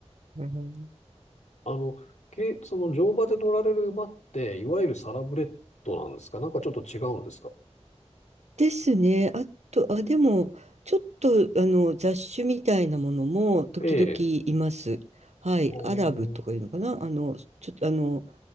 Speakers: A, on the right; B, on the left.
A: うん
B: あの、け、その乗馬で乗られる馬って、いわゆるサラブレッドなんですかなんかちょっと違うんですか
A: ですね。あと、あ、でも、ちょっと、あの、雑種みたいなものも時々います。
B: ええ。
A: はい。
B: あー
A: アラブとかいうのかなあの、ちょっと、あの、